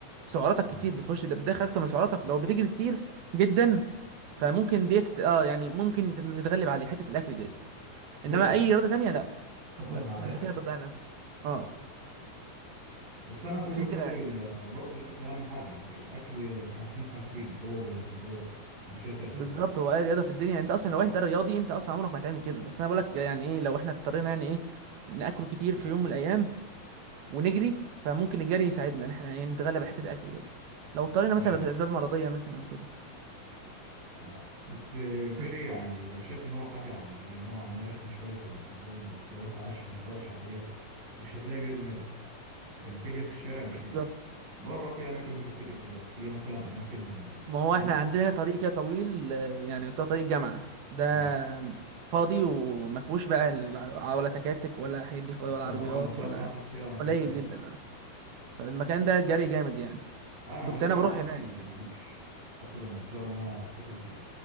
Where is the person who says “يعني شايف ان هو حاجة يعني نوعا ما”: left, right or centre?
Right